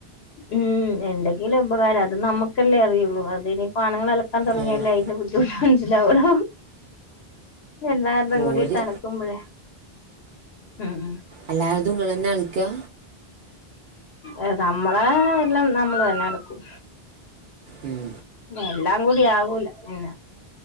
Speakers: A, on the left; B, on the right.
A: ഉം എന്തെങ്കിലും ഉപകാരം അത് നമ്ക്കല്ലേ അറിയാെള്ളൂ അതിനിപ്പൊ ആണ്ങ്ങളെ അല പ്പം താെടങ്ങിയല്ലേ
B: ആ
A: ഇതിന്റെ ബുദ്ധിമുട്ട് മൻസിലാവാെള്ളു എന്താ ഇതുംകൂടിട്ട്
B: ഓര്
A: അലക്കുമ്പഴേ ഉം
B: അല്ലാരതും ഇങ്ങളെന്നെ അൽക്കാ
A: ഏഹ് നമ്മളെ എല്ലാം നമ്മള് തന്നെ അലക്കും
B: ഉം
A: എല്ലാം കൂടി ആവൂല പിന്നെ